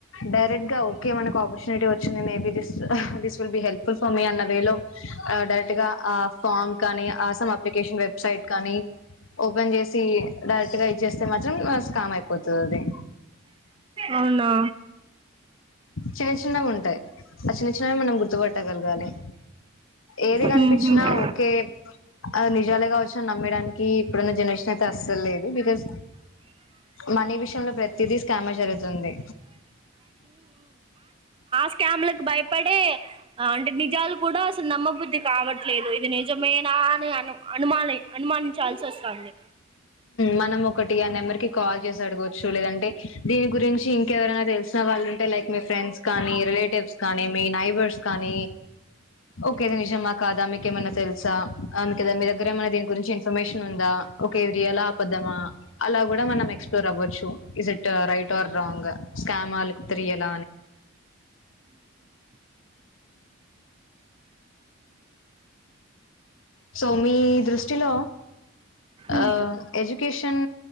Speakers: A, on the left (about 70°); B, on the right (about 25°).
A: డైరెక్ట్ గా కి ఎమన్నా ఆపోర్చునిటీ వచ్చిం may be just helpful for me అనే వేలొ డైరెక్ట్ గా ఆ ఫాం కాని ఆసమ్ అప్లికేషన్ వెబ్సైట్ కానీ ఓపెన్ చేసి డైరెక్ట్ గా ఇస్తే మాత్రం స్కాం అయిపోతాది అదే
B: అవునా
A: చిన్న చిన్నగ ఉంటాయ్ ఆ చిన్న చిన్నవి మనం గుర్తుపట్టగలగాలి ఏది కనిపించినా
B: మ్మ్ హ్మ్
A: ఓకే అది నిజాలే గావచ్చు నమ్మడానికి ఇప్పుడున్న జనరేషన్ అయితే అస్సలు లేదు బికాజ్ మనీ విషయంలో ప్రతిదీ స్కామె జరుగుతుంది
B: స్కామ్ లకు భయపడి అంటే నిజాలు కూడా అసలు నమ్మబుద్ధి కావట్లేదు ఇది నిజమేనా అని అను అనుమాని అనుమానించాల్సి వస్తాంది
A: మనం ఒకటిగా నెంబర్కి కాల్ చేసి అడగొచ్చు లేదంటే దీని గురించి ఇంకెవరైనా తెలిసిన వాళ్ళుంటే లైక్ మీ ఫ్రెండ్స్ కానీ రిలేటివ్స్ కానీ మీ నైబర్స్ కానీ ఓకే నిజమా కాదా మీకేమన్నా తెలుసా అందుకే మీ దగ్గర ఏమన్న దీని గురించి ఇన్ఫర్మేష ఉందా కేరియాల అబద్దమా అలా కూడా మనం ఎక్స్ప్లోర్ అవ్వచ్చు ట్ రైట్ ఆ రాంగ్ తెల సో మీ దృష్టిలో
B: ఉమ్,
A: ఆ ఎడ్యుకేషన్